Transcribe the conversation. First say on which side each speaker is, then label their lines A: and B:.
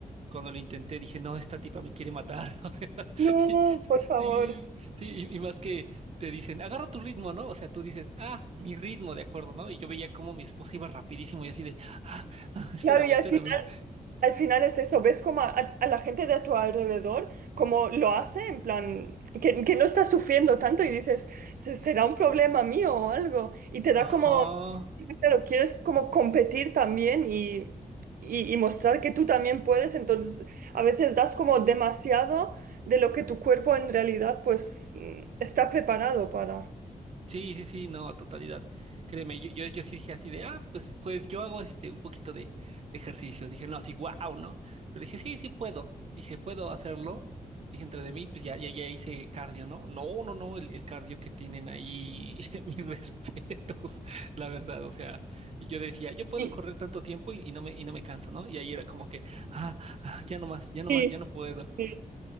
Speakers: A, on the right; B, on the right.
A: cuando lo intenté dije, no, esta tipa me quiere matar. <laughs> O sea,
B: no,
A: y-
B: por favor.
A: sí, sí, y, y más que te dicen, agarra tu ritmo, ¿no? O sea, tú dices, ah, mi ritmo, de acuerdo, ¿no? Y yo veía cómo mi esposa iba rapidísimo y así de, ah, ah, espérame,
B: Claro, y al
A: espérame.
B: Al final es eso, ves como a, a la gente de a tu alrededor, como lo hace, en plan, que, que no está sufriendo tanto y dices, "Se- será un problema mío o algo. Y te da
A: Ajá.
B: como, pero quieres como competir también y, y, y mostrar que tú también puedes, entonces a veces das como demasiado de lo que tu cuerpo en realidad pues mm, está preparado para.
A: Sí, sí, sí, no, a totalidad. Créeme, yo, yo, yo sí dije así de, ah, pues, pues yo hago este un poquito de, de ejercicio. Dije, no, así, wow, ¿no? Pero dije, sí, sí puedo. Dije, puedo hacerlo. Dije, entre de mí, pues ya, ya, ya hice cardio, ¿no? No, no, no, el, el cardio que tienen ahí, <laughs> mis respetos, la verdad. O sea, yo decía, yo puedo
B: Y-
A: correr tanto tiempo y, y no me, y no me canso, ¿no? Y ahí era como que, ah, ah, ya no más, ya no
B: Sí,
A: más, ya no puedo.
B: sí.